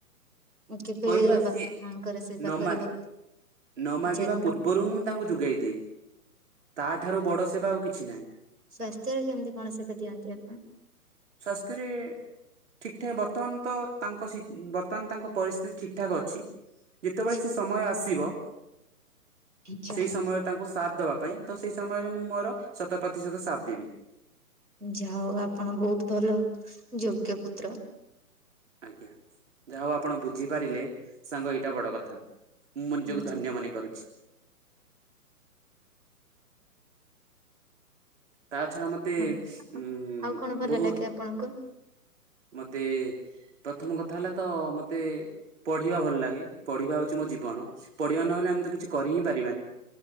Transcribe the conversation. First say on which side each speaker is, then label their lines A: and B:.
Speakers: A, on the right; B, on the right.
A: କେବେ
B: କହିଲି ବା
A: ବାପା
B: ସିଏ
A: ମାଙ୍କର ସେବା
B: ନ
A: କରିବାକୁ
B: ମାଗି ନ ମାଗିବା
A: ଆଚ୍ଛା ନ
B: ପୂର୍ବରୁ ମୁଁ ତାଙ୍କୁ ଯୋଗାଇ ଦିଏ। ତାଠାରୁ ବଡ ସେବା ଆଉ କିଛି ନାହିଁ।
A: ସ୍ୱାସ୍ଥ୍ୟରେ କେମିତି କଣ ସେବ ଦିଅନ୍ତି ଆପଣ?
B: ସ୍ଵାସ୍ଥ୍ୟରେ ଠିକ ଠାକ୍ ବର୍ତ୍ତମାନ ତ ତାଙ୍କ ସି ବର୍ତ୍ତମାନ ତାଙ୍କ ପରିସ୍ଥିତି ଠିକ ଠାକ ଅଛି ଯେତେବେଳେ
A: ଆଚ୍ଛା
B: ସେ ସମୟ ଆସିବ
A: ଆଚ୍ଛା,
B: ସେଇ ସମୟ ତାଙ୍କୁ ସାଥ ଦବା ପାଇଁ ତ ସେଇ ସମୟରେ ମୁଁ ମୋର ଶତ ପ୍ରତିଶତ ସାଥ ଦେବି।
A: ଯା ହୋଉ ଆପଣ ବହୁତ ଭଲ ଯୋଗ୍ୟ ପୁତ୍ର।
B: ଆଜ୍ଞା ଯାହା ହଉ ଆପଣ ବୁଝିପାରିଲେ ସାଙ୍ଗ ଏଇଟା ବଡ କଥା। ମୁଁ ମୋ
A: ହଁ
B: ନିଜକୁ ଧନ୍ୟ ମନେ କରୁଛି। ତା ଛଡା ମତେ
A: ହ
B: ଉଁ
A: ଆଉ କଣ ଭଲ
B: ବହୁତ
A: ଲାଗ ଆ ପଣଙ୍କୁ?
B: ମତେ ପ୍ରଥମ କଥା ହେଲା ତ ମତେ ପଢିବା ଭଲ ଲାଗେ ପଢିବା ହଉଚି ମୋ ଜୀବନ ପଢିବା ନହେଲେ ଆମେ ତ କିଛି କରି ହିଁ ପାରିବାନି।